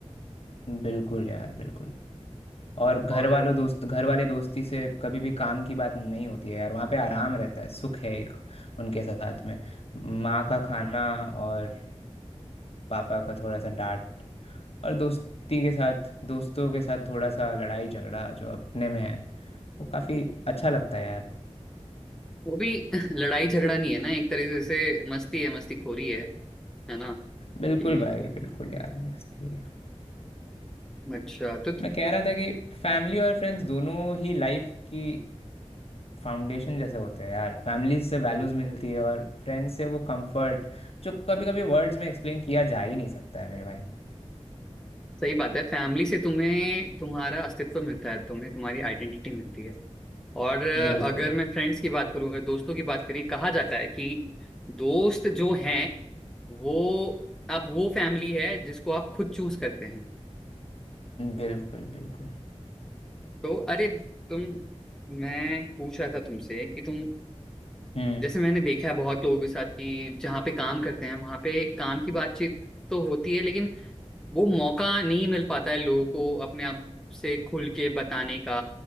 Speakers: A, on the left; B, in the centre.
A: बिल्कुल यार बिल्कुल और घर
B: और
A: वालों दोस्त घर वाले दोस्ती से कभी भी काम की बात नहीं होती है यार वहाँ पे आराम रहता है सुख है एक उनके साथ में माँ का खाना और पापा का थोड़ा सा डांट और दोस्ती के साथ दोस्तों के साथ थोड़ा सा लड़ाई झगड़ा जो अपने में है वो काफ़ी अच्छा लगता है यार
B: वो भी <laughs> लड़ाई झगड़ा नहीं है ना एक तरीके से मस्ती है मस्ती खोरी है है ना
A: बिल्कुल
B: कि
A: भाई बिल्कुल यार मस्ती है
B: अच्छा तो
A: मैं कह रहा था कि फैमिली और फ्रेंड्स दोनों ही लाइफ की फाउंडेशन जैसे होते हैं यार फैमिली से वैल्यूज मिलती है और फ्रेंड्स से वो कंफर्ट जो कभी कभी वर्ड्स में एक्सप्लेन किया जा ही नहीं सकता है मेरे भाई
B: सही बात है फैमिली से तुम्हें तुम्हारा अस्तित्व मिलता है तुम्हें तुम्हारी आइडेंटिटी मिलती है और अ,
A: बिल्कुल
B: अगर मैं फ्रेंड्स की बात करूं अगर दोस्तों की बात करें कहा जाता है कि दोस्त जो हैं वो आप वो फैमिली है जिसको आप खुद चूज करते हैं
A: बिल्कुल बिल्कुल
B: तो अरे तुम मैं पूछ रहा था तुमसे कि तुम
A: हम्म
B: जैसे मैंने देखा है बहुत लोगों के साथ कि जहाँ पे काम करते हैं वहाँ पे काम की बातचीत तो होती है लेकिन वो मौका नहीं मिल पाता है लोगों को अपने आप से खुल के बताने का